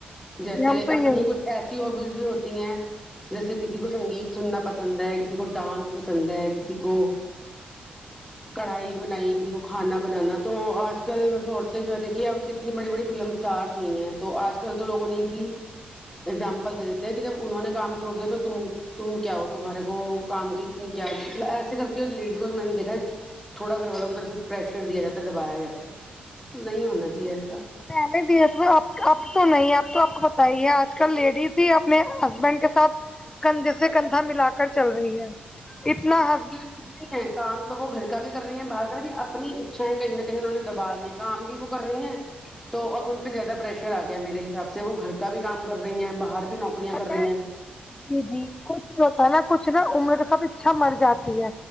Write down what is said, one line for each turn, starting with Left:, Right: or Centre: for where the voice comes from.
Centre: جیسے
Left: ہم تو یہی
Centre: اپنی کچھ ایسی ہوبیز بھی ہوتی ہیں جیسے کسی کو سنگیت سننا پسند ہے کسی کو ڈانس پسند ہے کسی کو کڑھائی بنائی کسی کو کھانا بنانا تو آج کل بس عورتیں جو ہے دیکھیے اب کتنی بڑی بڑی فلمس اسٹارس ہوئی ہیں تو آج کل تو لوگوں نے کی اگزامپل دے دیتے ہیں کہ جب انہوں نے کام چھوڑ دیا تو تم تم کیا ہو تمہارے کو کام کی اتنی کیا ضت ایسے کر کے لیڈیز کو میں نے دیکھا ہے تھوڑا گھر والوں کی طرف سے پریشر دیا جاتا ہے دبایا جاتا ہے نہیں ہونا چاہیے ایسا
Left: پہلے بھی اب اب تو نہیں اب تو اب کو پتا ہی ہے آج کل لیڈیز ہی اپنے ہسبینڈ کے ساتھ کندھے سے کندھا ملا کر چل رہی ہے اتنا ہ
Centre: نہیں ہے کام تو وہ گھر کا بھی کر رہی ہیں باہر کریں ہیں اپنی اچھایں کہیں نہ کہیں انہوں نے دبا لی ہے کام بھی وہ کر رہی ہیں تو اب ان پہ زیادہ پریشر آ گیا ہے میرے حساب سے وہ گھر کا بھی کام کر رہی ہیں باہر بھی نوکریاں
Left: پتا
Centre: کر رہی
Left: ہے
Centre: ہیں
Left: جی جی کچھ بھی ہوتا ہے نا کچھ نا عمر کے ساتھ اچھا مر جاتی ہے